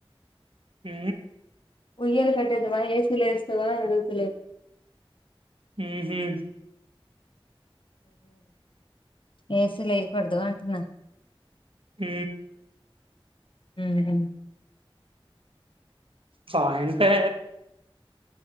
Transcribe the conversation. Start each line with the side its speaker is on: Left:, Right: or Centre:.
Right: ఊ
Left: ఉయ్యల్ కట్టేదుమా ఏసీలో ఏస్తువా అడు గుతునారు,
Right: ఉహు
Left: ఏసీ లా ఎయకూడదు అంటున్నా,
Right: హు
Left: ఉహు
Right: పాయింటే